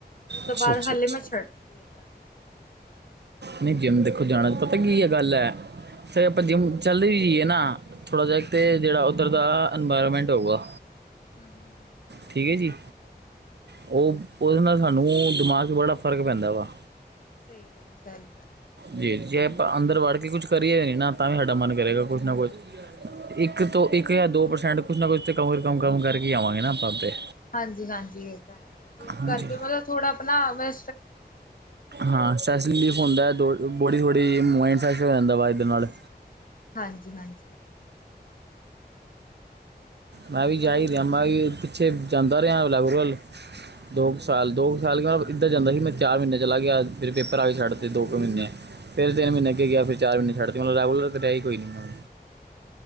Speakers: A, on the left (about 55°); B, on the right (about 75°).
A: ਉਹ ਤੋਂ
B: ਅੱਛਾ
A: ਬਾਅਦ
B: ਅੱਛਾ
A: ਹਾਲੇ ਮੈਂ ਛੱਡ ਅ
B: ਨਹੀਂ ਜਿੰਮ ਦੇਖੋ ਜਾਣਾ ਪਤਾ ਕੀ ਹੈ ਗੱਲ ਹੈ ਫਿਰ ਆਪਾਂ ਜਿੰਮ ਚੱਲਦੇ ਵੀ ਜਾਈਏ ਨਾ ਥੋੜ੍ਹਾ ਜਾਗਤ
A: ਹਮ
B: ਜਿਹੜਾ ਉੱਧਰ ਦਾ ਇਨਵਾਇਰਮੈਂਟ ਹੋਊਗਾ
A: ਹਮ ਹਮ ਹਮ
B: ਠੀਕ ਹੈ ਜੀ ਉਹ ਉਹਦੇ ਨਾਲ ਸਾਨੂੰ ਦਿਮਾਗ ਚ ਬੜਾ ਫਰਕ ਪੈਂਦਾ ਵਾ
A: ਸਹੀ ਗੱਲ ਸਹੀ ਗੱਲ
B: ਜੀ ਜੇ ਆਪਾਂ ਅੰਦਰ ਵੜ ਕੇ ਕੁਛ ਕਰੀਏ ਨਹੀਂ ਨਾ ਤਾਂ ਵੀ ਸਾਡਾ ਮਨ ਕਰੇਗਾ ਕੁਛ ਨਾ ਕੁਛ ਇੱਕ ਤੋਂ ਇੱਕ ਜਾਂ ਦੋ ਪ੍ਰਸੈਂਟ ਕੁਛ ਨਾ ਕੁਛ ਤਾਂ ਕਮ ਰਕਮ ਕਮ ਕਰਕੇ ਹੀ ਆਵਾਂਗੇ ਨਾ ਆਪਾਂ ਉਤੇ
A: ਹਾਂਜੀ ਹਾਂਜੀ ਇਹ ਤਾਂ ਹੈ ਜਿੰਮ
B: ਹਾਂਜੀ
A: ਕਰਕੇ ਮਤਲਬ ਥੋੜਾ ਆਪਣਾ ਮੈਂ
B: ਹਾਂ ਸੈਸਲੀਫ ਹੁੰਦਾ
A: ਹਾਂ
B: ਬੋੜੀ ਥੋੜੀ
A: ਹਾਂ
B: ਮੰਟ ਫੈਸ਼ ਹੋ ਜਾਂਦਾ ਵਾ ਇਹਦੇ ਨਾਲ
A: ਹਾਂਜੀ ਹਾਂਜੀ
B: ਮੈਂ ਵੀ ਜਾਈ
A: ਹੋਰ
B: ਅਮ ਵੀ ਪਿੱਛੇ ਜਾਂਦਾ ਰਿਹਾ ਬਲੈਬ ਕੋਲ ਦੋ ਕੁ ਸਾਲ
A: ਹਮ ਹਮ
B: ਦੋ ਕੁ ਸਾਲ ਇੱਦਾਂ ਜਾਂਦਾ ਸੀ ਮੈਂ ਚਾਰ ਮਹੀਨੇ ਚਲਾ ਗਿਆ ਫਿਰ ਪੇਪਰਾਂ ਛੱਡਤੇ
A: ਅੱਛਾ
B: ਦੋ ਕੁ ਮਹੀਨੇ ਫਿਰ ਤਿੰਨ ਮਹੀਨੇੱ
A: ਅੱਛਾ
B: ਗਿਆ ਫਿਰ
A: ਅੱਛਾ
B: ਚਾਰ ਮਹੀਨੇ ਛੱਡਤੇ ਮਲ ਰਾਹੁਲ ਰ ਤਾਂ ਡਹੀ ਕੋਈ ਨ ਮ